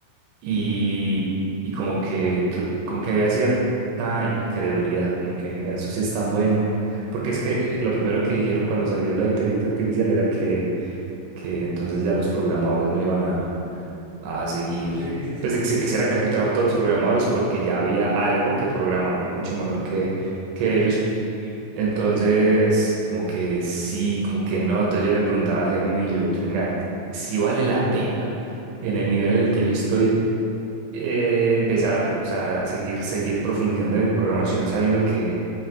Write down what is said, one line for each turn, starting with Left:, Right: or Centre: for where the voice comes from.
Right: y,
Left: Sí,
Right: y como que, tu- como que había cierta incredulidad, como que venga, eso sí es tan bueno, porque es que lo primero que dijeron cuando salió la inteligencia artificial era que, que entonces ya los programadores no iban a, a seguir,
Left: sí, sí. sí.
Right: pues que se que se iban a quedar sin trabajo todos los programadores porque ya había algo que programaba mucho mejor que, que ellos. Entonces, como que sí, como que no. Entonces yo le preguntaba al jefe mío, yo, yo, venga, si vale la pena en el nivel en el que yo estoy eh, empezar, o sea, seguir, seguir profundizando en programación sabiendo que,